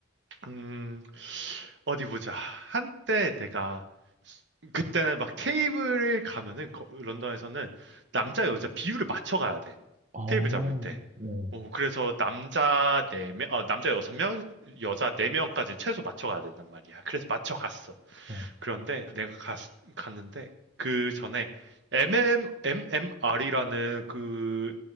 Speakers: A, on the right; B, on the right.
A: 음, 어디 보자. 한때 내가 그때는 막 테이블을 가면은 거- 런던에서는 남자 여자 비율을 맞춰 가야 돼.
B: 아, 어,
A: 테이블 잡을 때.
B: 어,
A: 오 그래서 남자 네명 어, 남자 여섯 명 여자 네명까지 최소 맞춰 가야 된단 말이야. 그래서 맞춰 갔어.
B: 어,
A: 그런데 내가 갔, 갔는데 그 전에 MM, MMR이라는 그,